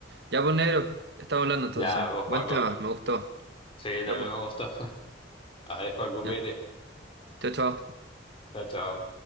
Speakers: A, on the right; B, on the left.
A: Ya pues negro, estamos hablando entonces.
B: Ya, pues,
A: Buen
B: Joaco.
A: tema, me gustó.
B: Sí, también
A: Ya pues,
B: me gustó. <laughs> Adiós, Joaco, cuídate.
A: ya. Chao, chao.
B: Chao, chao.